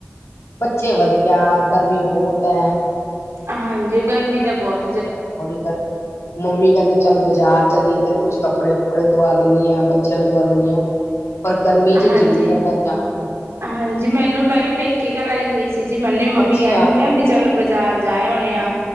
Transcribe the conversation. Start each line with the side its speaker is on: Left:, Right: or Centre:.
Left: ਬੱਚੇ ਵਧੀਆ, ਗਰਮੀ ਬੋਤ ਐ।
Right: ਹਾਂਜੀ, ਓ ਗਰਮੀ ਤਾਂ ਬੋਤ
Left: ਬੜੀ ਗਰ ਮੰਮੀ ਕੈਦੇ ਚੱਲ ਬਾਜ਼ਾਰ ਚੱਲੀਏ, ਤੈਨੂੰ ਕੁਛ ਕੱਪੜੇ-ਕੁੱਪੜੇ ਦਵਾ ਦਿੰਨੀਂ ਆ, ਬੱਚੇਆਂ ਨੂੰ ਦਵਾ ਦੇਨੀ ਆਂ।
Right: <inaudible>
Left: ਪਰ, ਗਰਮੀ ਚ
Right: ਹਾਂਜੀ
Left: ਜੀਅ ਨੀਂ ਕਰਦਾ ਜਾਨ ਨੂੰ।
Right: ਹਾਂਜੀ ਮੈਨੂੰ ਮੈਂ ਵੀ ਪੇਕੇ ਘਰ ਆਈ ਹੋਈ ਸੀ ਜੀ ਮੈਨੂੰ ਵੀ ਮੰਮੀ
Left: ਅੱਛਾ
Right: ਕੈ ਦਿੰਦੇ ਆ ਵੀ ਚੱਲ ਬਾਜ਼ਾਰ ਜਾਇਆ ਓਣੇਆ,